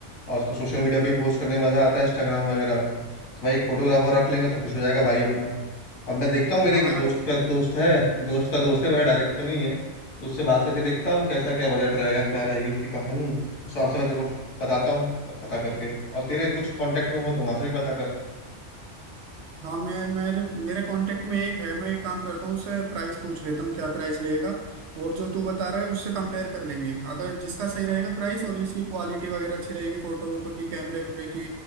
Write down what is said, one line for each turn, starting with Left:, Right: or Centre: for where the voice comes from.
Left: और उसको सोशल मीडिया पे पोस्ट करने में मजा आता है इंस्टाग्राम वगैरह पे तो भाई एक फोटोग्राफर रख लेंगे तो खुश हो जाएगा भाई अपना अब मैं देखता हूँ मेरे एक
Right: हाँ यार
Left: दोस्त का दोस्त है दोस्त का दोस्त है मेरा डायरेक्ट तो नहीं है तो उससे बात करके देखता हूँ कैसा क्या बजट रहेगा क्या रहेगी उसकी कहानी उस हिसाब से मैं तेरे को बताता हूँ पता करके और तेरे कुछ कांटेक्ट में हो तो वहां से भी पता
Right: हाँ मैं मेरे मेरे कांटेक्ट में एक है मैं एक काम करता हूँ उससे प्राइस पूछ लेता हूँ क्या प्राइस लगेगा और जो तू बता रहा है उससे कंपेयर कर लेंगे अगर जिसका सही रहेगा प्राइस और जिसकी क्वालिटी वगैरह अच्छी रहेगी फोटो वोटो की कैमरे वैमरे की